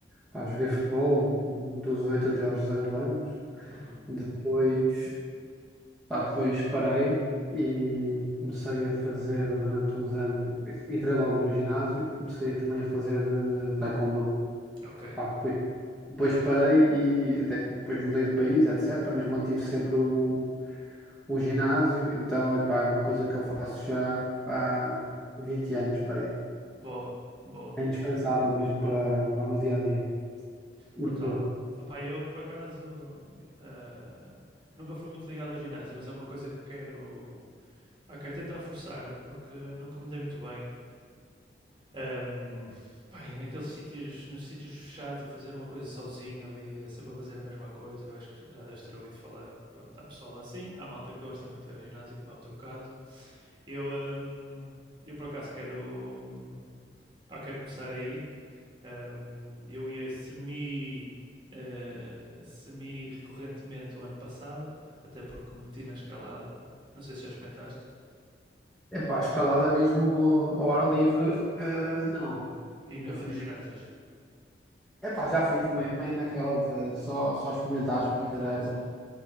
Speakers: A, in the centre; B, on the right.
A: pá, joguei futebol dos 8 até aos 18 anos.
B: Uhum.
A: Depois, pá, depois parei e comecei a fazer durante uns anos. Entrei logo no ginásio e comecei também a fazer eh, taekwondo.
B: Ok.
A: Pá, depois, depois parei e até que depois mudei de país, etc. Mas mantive sempre
B: Hum.
A: o O ginásio, então, epá, é uma coisa que eu faço já há 20 anos para aí.
B: Boa, boa.
A: É indispensável mesmo para, para o meu dia a dia. E
B: Brutal.
A: tudo.
B: Opa, eu por acaso eh, nunca fui muito ligado ao ginásio, mas é uma coisa que quero. Ah, quero tentar forçar-me porque nunca me dei muito bem Ahm, pá, e naqueles sítios, nos sítios fechados, a fazer uma coisa sozinho ali, a sempre a fazer a mesma coisa, eu acho que já deves ter ouvido falar, que, pronto, há pessoal assim, há malta que gosta muito de ir ao ginásio, como é o teu caso. Eu, ahm, eu por acaso quero, hum, pá, quero começar a ir, Ahm, eu ia semi, eh, semi recorrentemente o ano passado, até porque meti na escalada, não sei se já experimentaste,
A: Epá, escalada mesmo ao ar livre, eh, não,
B: e
A: nunca
B: no,
A: fiz.
B: nos ginásios,
A: Epá, já fiz, meio, meio naquela de só, só experimentar,
B: de experimentar
A: brincadeira.
B: assim, né?